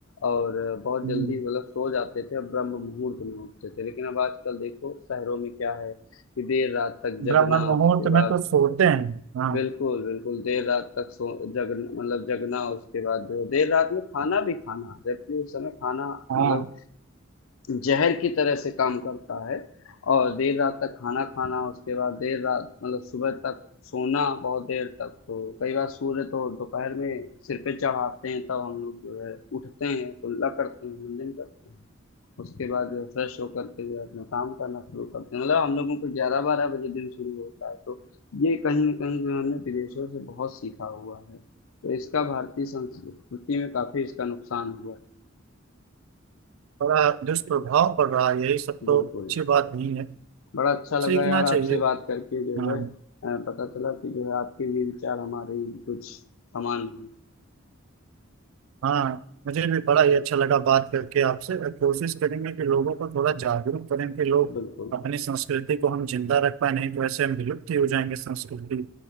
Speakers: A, on the left (about 80°); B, on the right (about 80°).
A: और बहुत
B: हम्म,
A: जल्दी मतलब सो जाते थे और ब्रह्म मुहूर्त में उठते थे लेकिन अब आजकल देखो शहरों में क्या है कि देर रात तक जगना
B: ब्राह्मण मुहूर्त
A: उसके
B: में
A: बाद
B: तो सोते हैं हाँ
A: बिल्कुल बिल्कुल देर रात तक सो जग मतलब जगना उसके बाद जो है देर रात में खाना भी खाना जबकि उस समय खाना
B: हाँ
A: मतलब जहर की तरह से काम करता है और देर रात तक खाना खाना उसके बाद देर रात मतलब सुबह तक सोना बहुत देर तक तो कई बार सूर्य तो दोपहर में सिर पे चढ़ाते हैं तब तो हम लोग जो है उठते हैं कुल्ला करते हैं मुंडन करते हैं उसके बाद जो है फ्रेश होकर के जो है अपना काम करना शुरू करते हैं मतलब हम लोगों को ग्यारह बारह बजे दिन शुरू होता है तो ये कहीं ना कहीं जो है हमने विदेशों से बहुत सीखा हुआ है तो इसका भारतीय संस्कृति में काफी इसका नुकसान हुआ
B: बड़ा दुष्प्रभाव पड़ रहा है यही सब
A: है
B: तो
A: बिल्कुल
B: अच्छी बात नहीं है
A: बड़ा अच्छा लगा
B: सीखना
A: यार
B: चाहिए
A: आपसे बात करके जो
B: हाँ
A: है अ, पता चला कि जो है आपके भी विचार हमारे ही कुछ समान हैं
B: हाँ मुझे भी बड़ा ही अच्छा लगा बात करके आपसे और कोशिश करेंगे कि लोगों को थोड़ा जागरूक करें कि लोग
A: बिल्कुल
B: अपनी संस्कृति को हम जिंदा रख पाए नहीं तो ऐसे हम विलुप्त ही हो जाएंगे संस्कृति